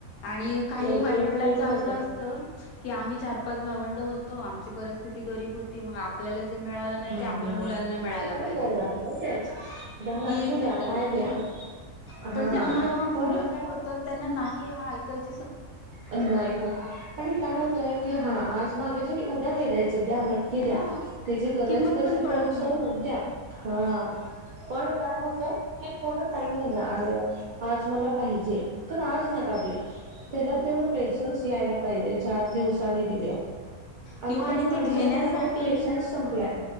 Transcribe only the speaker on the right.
नाही
ते ते
होते
ह
काय
राहिलं त्याच द्या नक्की
द्या काय द्या
हा
पण
नाही हो. आणि काय होतय की हा. आज मागितलं की उद्या नाही द्यायचं. द्या. नक्की
द्या. त्याची गरज
कशी
त्यानुसार
द्या ह. पण काय होतंय. की थोड टाईम मध्ये, आज मला पाहिजे तर आज नका देऊ. त्याला
तेवढं थोडं पेशन्स यायला पाहिजे. चार दिवसाांनी दिऊ्या.
अलीकड
माणसाचं
त्यामुळे पेशनस संपलाय.